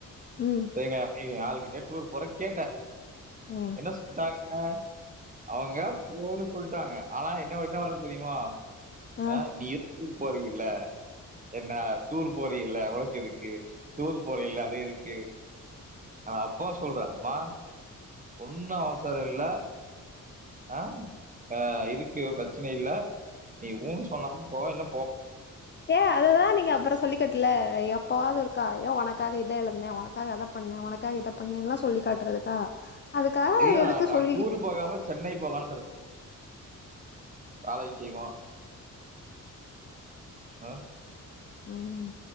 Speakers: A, on the left (about 35°); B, on the right (about 25°).
A: ம்
B: செரிங்க அப்டியே ஏ ஆள் ஜஸ்ட் ஒரு பொற கேட்டே
A: ம்
B: என்ன சொல்ட்டாங்க அவங்க போனு சொ டாங்க ஆனா என்ன என்ன வருது தெரியுமா
A: ஆ
B: ஆஹ் நீ <inaudible> போறில்ல என்ன டூர் போறில்ல உனக்கெதுக்கு டூர் போறில்ல அது எதுக்கு ஆனா அப்பா சொல்றே மா ஒண்ணு அவசர இல்ல ஆஹ் ஆஹ் இதுக்கு பிச்சனை இல்ல நீ ஊன்னு சொன்னா போ என்ன
A: ஏ அததா நீங்க அப்பற சொல்லிக்கட்ல எப்பவாவது இருக்கா ஏ உனக் உனக்காக இத இழுந்தே உனக்காக அத பண்ண உனக்காக இத பண்ணேன்ல்லா சொல்லி காட்டுறதுக்கா அதுக்காக
B: இல்லா
A: எதுக்கு
B: நாங்க
A: சொல்லிக்கிட்டு
B: டூரு போகாம சென்னை போலான்ட்ருக் காலை விஷயமா அஹ்ம்
A: உம்